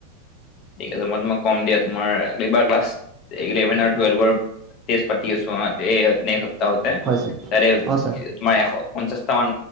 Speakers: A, on the left; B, on the right.
A: ঠিক আছে, মই তোমাক কম দিয়া। তোমাৰ এইবাৰ ক্লাছ ইলেভেন আৰু টুৱেলভৰ। টেষ্টত পাতি আছোঁ বা এই নে সপ্তাহতে
B: হয় ছাৰ
A: তাৰে।
B: অঁ ছাৰ
A: মান এশ পঞ্চাশটা মান